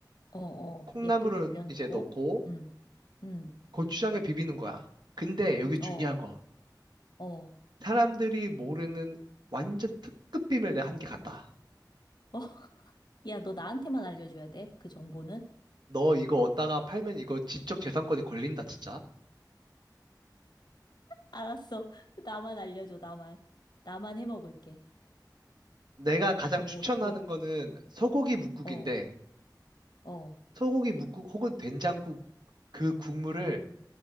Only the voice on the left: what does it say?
어, 어.
예쁘게 올려놓고.
응, 응.
어,
어.
어, <laughs> 야, 너 나한테만 알려줘야 돼. 그 정보는?
알았어. <laughs> 나만 알려줘, 나만. 나만 해 먹을게.
그럼
뭐 어떻게 해야 돼?
어, 어,